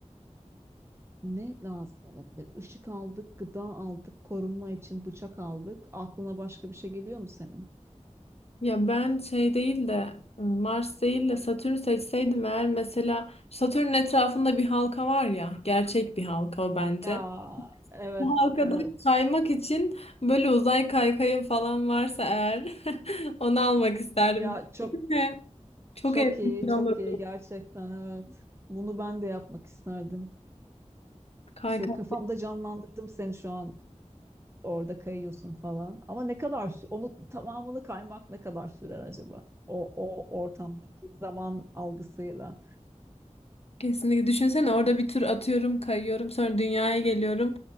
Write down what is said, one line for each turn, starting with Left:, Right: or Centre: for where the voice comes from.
Right: Ne lazım olabilir? Işık aldık, gıda aldık, korunma için bıçak aldık. Aklına başka bir şey geliyor mu senin?
Left: Ya ben şey değil de Mars değil de Satürn seçseydim eğer mesela Satürn'ün etrafında bir halka var ya gerçek bir halka o bence.
Right: Ya evet
Left: Bu halkada
Right: evet.
Left: kaymak için böyle uzay kaykayı falan varsa eğer <laughs> onu almak isterdim.
Right: Ya çok
Left: Değil mi? Çok
Right: çok
Left: eğlenceli
Right: iyi çok
Left: olurdu
Right: iyi gerçekten evet. Bunu ben de yapmak isterdim.
Left: kaykay.
Right: Şöyle kafamda canlandırdım seni şu an. orada kayıyorsun falan. Ama ne kadar sü- onu tamamını kaymak ne kadar sürer acaba? O o ortamdaki zaman algısıyla.
Left: Kesinlikle. Düşünsene orada bir tur atıyorum, kayıyorum, sonra dünyaya geliyorum.